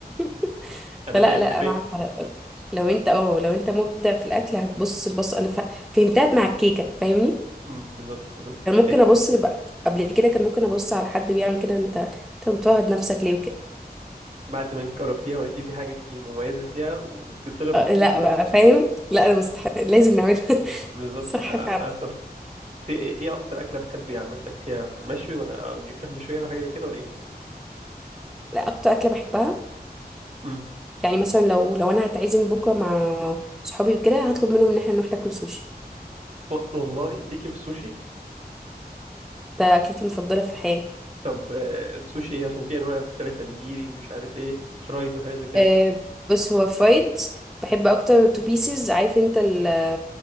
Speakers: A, in the centre; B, on the right.
A: <laughs> فلا
B: انا بيه ابن
A: لا
B: بيه
A: انا عارفه لو, لو انت اه لو انت مبدع في الاكل هتبص البص انا فا- فهمتها مع الكيكه فاهمني
B: أمم، بالظبط بالظبط
A: كان ممكن
B: يعني
A: ابص بقى قبل كده كان ممكن ابص على حد بيعمل كده انت انت بتفوهد نفسك ليه وكده
B: بعد ما جربتيها ولقيتي في حاجه انت مميزه فيها وبتطلب
A: آه،
B: مخصوص
A: لا
B: منك
A: بقى فاهم لا انا مستحيل لازم نعملها
B: بالظبط
A: صح
B: أ- اتفق
A: فعلا
B: ت- ايه اكتر اكله بتحبي عامه تاكليها مشوي ولا أو يعني فراخ مشويه ولا حاجه زي كده ولا ايه
A: لا اكتر اكله بحبها
B: أمم.
A: يعني مثلا لو لو انا هتعزم بكره مع صحابي وكده هطلب منهم ان احنا نروح ناكل سوشي
B: و- والله ليكي في السوشي
A: ده اكلتي المفضله في الحياه
B: طب آه، السوشي ايه عشان في انواع مختلفه نجيري مش عارف ايه فرايد وحاجات زي كده
A: أه بص هو فرايد بحب اكتر تو بيسز عارف انت ال